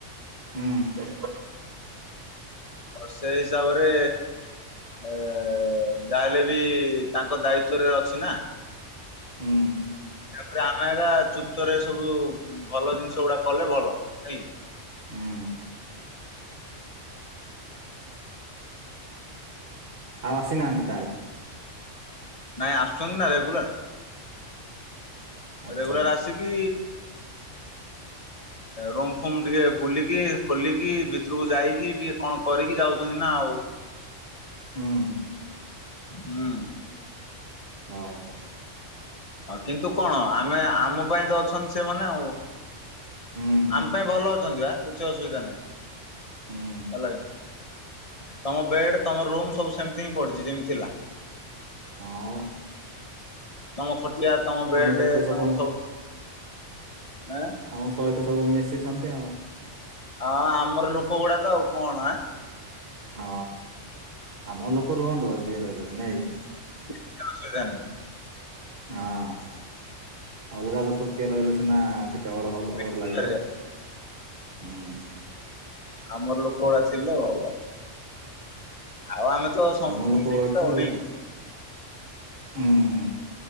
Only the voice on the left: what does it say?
ସେ ହିସାବରେ ଏ ଯାହାହେଲେ ବି ତାଙ୍କ ଦାୟିତ୍ଵରେ ଅଛି ନା।
ତାପରେ ଆମେ ଏକା ଚୁପ୍ତରେ ସବୁ ଭଲ ଜିନିଷ ଗୁଡ଼ା କଲେ ଭଲ ନାଇଁ କି?
ନାଇଁ ଆସୁଛନ୍ତି ନା ରେଗୁଲାର୍।
ରେଗୁଲାର୍
ଆସିକି ରୁମ୍ ଫୁମ୍ ଟିକେ ବୁଲିକି ଖୋଲିକି ଭିତୁରୁକୁ ଯାଇକି ଟିକେ କଣ କରିକି ଯାଉଚନ୍ତି ନା ଆଉ।
ହୁଁ।
ଅ କିନ୍ତୁ କଣ ଆମେ ଆମ ପାଇଁ ତ ଅଛନ୍ତି ସେମାନେ ଆଉ।
ଆମ୍ ପାଇଁ ଭଲ ଅଛନ୍ତି ବା କିଛି ଅସୁବିଧା ନାହିଁ।
ହେଲା <unintelligible> ତମ ବେଡ୍ ତମ ରୁମ୍ ସବୁ ସେମ୍ତି ହିଁ ପଡିଛି ଯେମ୍ ଥିଲା।
ତମ ଖଟିଆ ତମ ବେଡ
ତମର ସବୁଁ ଆ
ହଁ ଆମର ଲୋକ ଗୁଡା ତ ଆଉ କଣ ଆଁ।
କିଛି ଅସୁବିଧା ନାଇଁ।
ନାହିଁ
ଆମର ଲୋକ ଗୁଡା ଥିଲେ ଭଲ। ଆଉ ଆମେ ତ ସମ୍ପୂର୍ଣ୍ଣ
ଆଉ
ନେଇ